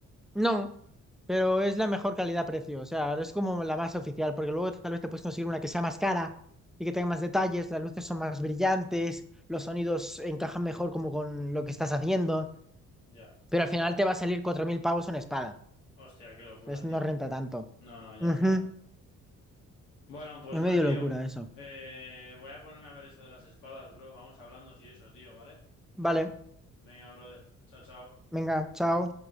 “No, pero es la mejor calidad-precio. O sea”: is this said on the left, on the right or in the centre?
Centre